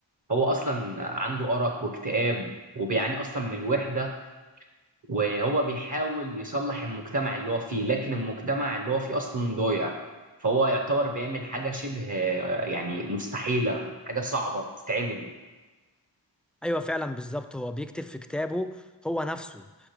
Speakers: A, on the right (about 45°); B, in the centre.
A: هو أصلا عنده أرق واكتئاب وبيعاني أصلا من الوحدة وهو بيحاول يصلح المجتمع اللي هو فيه لكن المجتمع اللي هو فيه أصلا ضايع فهو يعتبر بيعمل حاجة شبه آه، يعني مستحيلة حاجة صعبة تتعمل
B: ايوه فعلا بالظبط هو بيكتب في كتابه هو نفسه